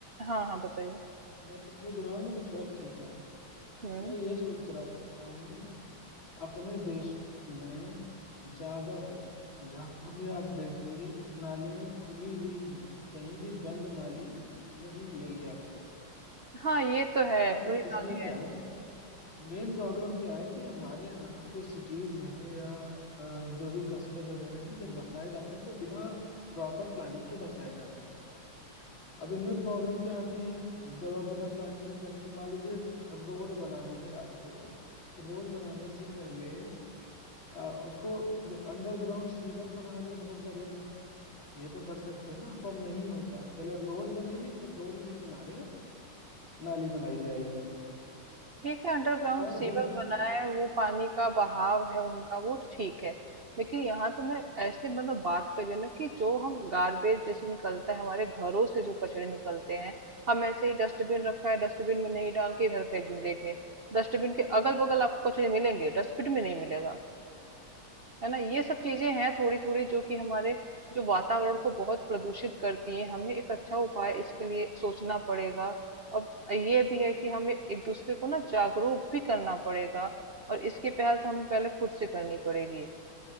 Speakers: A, on the right (about 80°); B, on the left (about 65°).
A: हाँ हाँ बताइए
B: अ, मेरे मेरे दिमाग में कुछ और चल रहा है
A: हम्म
B: मैं ये सोच रहा हूँ अपने देश में ज्यादातर जहां भी आप देखेंगे नालियां खुली हुई हैं कहीं भी बंद नाली नहीं मिलेगी आपको
A: हाँ ये तो है
B: अब
A: खुली
B: इसमें
A: नाली
B: क्या
A: है
B: है ना मेन प्रॉब्लम क्या है कि हमारे यहाँ जो सिटीज हैं या अ, जो भी कस्बे वगैरह हैं जब बसाए जाते हैं तो बिना प्रॉपर प्लानिंग के बसाए जाते हैं अब इनमें प्रॉब्लम क्या आती है जब आप बिना प्लानिंग के करेंगे मान लीजिए रोड बनानी है आपको रोड बनाने से पहले आ, उसको जो अंडरग्राउंड सीवर बना दे बहुत बढ़िया ये तो कर सकते हैं ना पर नहीं होता पहले रोड बनेगी फिर रोड के किनारे नाली बनाई जाएगी
A: ठीक है अंडरग्राउंड
B: और
A: सीवर
B: दूसरा
A: बना है वो पानी का बहाव है उनका वो ठीक है लेकिन यहाँ तो मैं ऐसे मतलब बात करिए ना कि जो हम गार्बेज जैसे निकलता है हमारे घरों से जो कचरे निकलते हैं हम ऐसे ही डस्टबिन रखा है डस्टबिन में नहीं डाल के इधर फेंक देंगे डस्टबिन के अगल बगल आपको कचरे मिलेंगे डस्टबिन में नहीं मिलेगा है ना ये सब चीजें हैं थोड़ी थोड़ी जो कि हमारे जो वातावरण को बहुत प्रदूषित करती हैं हमें एक अच्छा उपाय इसके लिए सोचना पड़ेगा और ये भी है कि हमें एक दूसरे को ना जागरूक भी करना पड़ेगा और इसकी पहल तो हमें पहले खुद से करनी पड़ेगी